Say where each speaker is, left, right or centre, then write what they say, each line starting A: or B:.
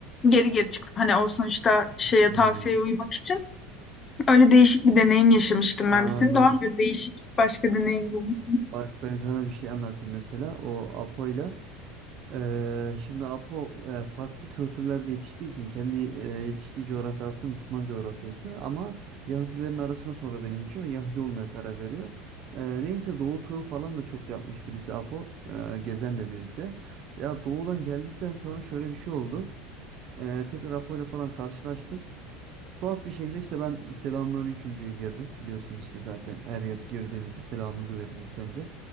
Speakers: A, on the left; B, on the right.
A: geri geri çıktım. Hani o sonuçta şeye
B: Hmm,
A: tavsiyeye uymak için. Öyle değişik bir deneyim yaşamıştım
B: anladım.
A: ben de. Senin de var mı böyle değişik başka deneyimlerin?
B: Bak ben sana bir şey anlatayım mesela. O Apo'yla Eee, şimdi Apo eee, farklı kültürlerde yetiştiği için kendi eee, yetiştiği coğrafya aslında Müslüman coğrafyası ama Yahudilerin arasına sonradan geçiyor ve Yahudi olmaya karar veriyor. Eee, neyse Doğu turu falan da çok yapmış birisi Apo. Eee, gezen de birisi. Ya Doğu'dan geldikten sonra şöyle bir şey oldu. Eee tekrar Apo'yla falan karşılaştık. Tuhaf bir şekilde işte ben selamünaleyküm diye girdim. Biliyorsun biz de zaten her yer girdiğimizde selamımızı veririz ilk önce.